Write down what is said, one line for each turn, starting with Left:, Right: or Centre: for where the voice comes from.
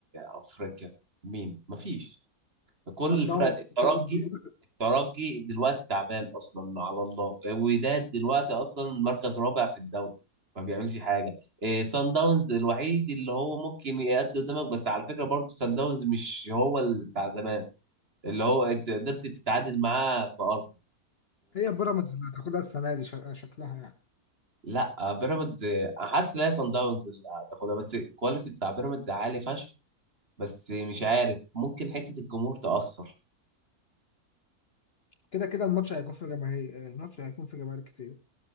Right: أفريقيا؟ مين؟ مفيش كل
Left: صن
Right: الفرق
Left: داونز
Right: الترجي
Left: بتقعد دي-
Right: الترجي دلوقتي تعبان أصلا على الله وداد دلوقتي أصلا مركز رابع في الدوري ما بيعملش حاجة إيه سان داونز الوحيد اللي هو ممكن يأدي قدامك بس على فكرة برضو سان داونز مش هو اللي بتاع زمان اللي هو أنت قدرت تتعادل معاه في أرضه
Left: هي بيراميدز اللي هتاخدها السنه دي شك- شكلها يعني
Right: لا آه، بيراميدز آه، حاسس ان هي صن داونز اللي هتاخدها بس الكواليتي بتاع بيراميدز عالي فشخ بس مش عارف ممكن حته الجمهور تأثر
Left: كده كده الماتش هيكون في جماهير الماتش هيكون في جماهير كتير